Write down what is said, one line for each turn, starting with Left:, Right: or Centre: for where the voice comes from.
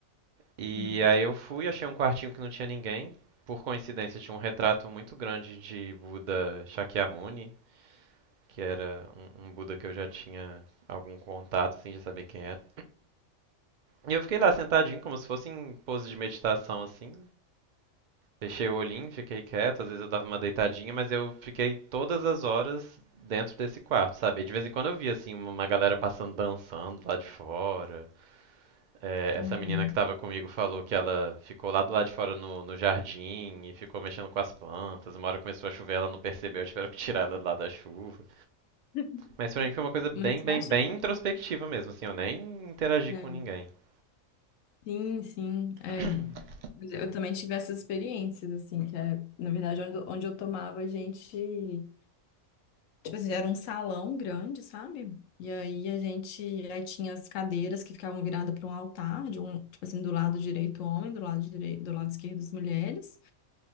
Right: E
Left: sim.
Right: aí eu fui, achei um quartinho que não tinha ninguém. Por coincidência, tinha um retrato muito grande de Buda Shakyamuni, que era um, um Buda que eu já tinha algum contato, assim, já sabia quem era. E eu fiquei lá sentadinho, como se fosse em pose de meditação, assim. Fechei o olhinho, fiquei quieto, às vezes eu dava uma deitadinha, mas eu fiquei todas as horas dentro desse quarto, sabe? E De vez em quando eu via assim uma galera passando dançando lá de fora. É,
Left: Uhum.
Right: essa menina que estava comigo falou que ela ficou lá do lado de fora no, no jardim e ficou mexendo com as plantas. Uma hora começou a chover, ela não percebeu, <laughs> tiveram que tirar ela de lá da chuva.
Left: <laughs>
Right: Mas pra mim foi uma coisa bem,
Left: Mas você
Right: bem,
Left: acha
Right: bem
Left: que...
Right: introspectiva mesmo, assim, eu nem interagi
Left: né?
Right: com ninguém. <coughs>
Left: Sim, sim, é.
Right: <clears throat>
Left: Mas eu também tive essas experiências, assim, que é, na verdade, onde, onde eu tomava, a gente... Tipo assim, era um salão grande, sabe? E aí a gente, aí tinha as cadeiras que ficavam viradas para um altar, de um, tipo assim, do lado direito o homem, do lado direito, do lado esquerdo as mulheres.